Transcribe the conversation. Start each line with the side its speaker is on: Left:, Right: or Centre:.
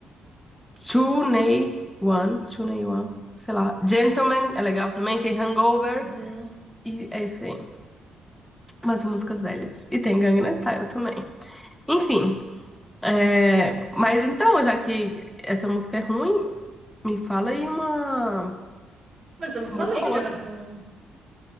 Centre: Chunei Wan, Chunei Wan, sei lá. Gentleman é legal também, tem Hangover
Right: Uhum.
Centre: e é isso aí. Mas músicas velhas. E tem Gangnam Style também. Enfim, é, mas então, já que essa música é ruim, me fala aí uma
Right: Mas eu não falei
Centre: mais boa.
Right: que era ruim.